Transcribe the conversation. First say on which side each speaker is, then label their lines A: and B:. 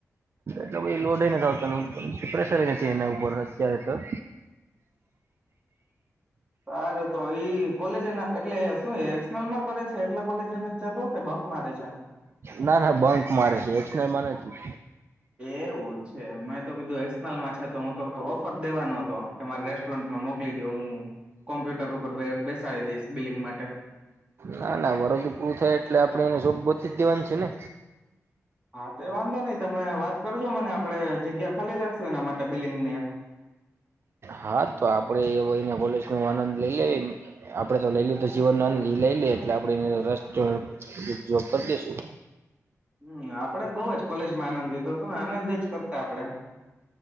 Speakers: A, on the right; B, on the right.
A: એટલે લોડ નથી આવતા પી પ્રેશર નથી એના ઉપર અત્યારે તો
B: તાર તો એ કોલેજ એ એટલે શું એક્લમાં કરે છે એટલે કોલેજને જતો કે બંક મારે છે
A: ના ના બંક મારે છે એક્સ નામાં નથી
B: એવું છે મેં તો કીધું એસનલમાં છે તો હું તો ઓફર દેવાનો હતો કે મારે રેસ્ટોરન્ટમાં મોકલી દ હું કોમ્પ્યુટર ઉપર બેસાડી દઈશ બિલિંગ માટે
A: ના ના વરડી પૂરું થાય એટલે આપે એને શોપ બતી જ દેવાની છે ને
B: હા તો વાંધો નહીિ તમે વાત કરજો મને આપણે જગ્યા ખાલી રાખશું એના માટે બિલ્ડિંગની એક
A: હા તો આપડે એ એનાલે નો આનંદ લઈ લે આપડે તો લઈ લ તો જીવન નો આનંદ લઈ લે એટલે આપે એબ કરી દેશું
B: હમ આપડે બઉ જ કોલેજમાં આનંદ લેતો તો આનદ જ કરતા આપડે